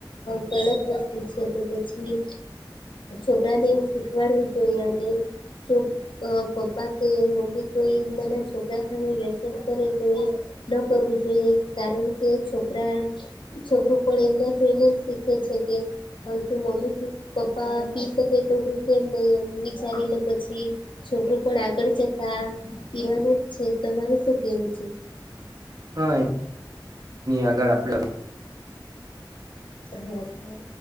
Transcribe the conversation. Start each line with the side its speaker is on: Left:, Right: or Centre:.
Left: ગલત વસ્તુ છે, તો પછી છોકરા ને એવું શીખવાડવું જોઈએ અને જો અ પપ્પા કે મમ્મી કોઈ નાના છોકરા સામે વ્યસન કરે તો એ ન કરવું જોઈએ કારણ કે છોકરા છોકરું પણ એમને જોઈને જ શીખે છે, કે શું મમ્મી પ પપ્પા પી શકાય તો હું કેમ નહી એમ વિચારીને પછી છોકરું પણ આગળ જતા પીવાનું જ છે, તો મારે શું કેવું છે.
Right: હા આગળ આપડે
Left: હું.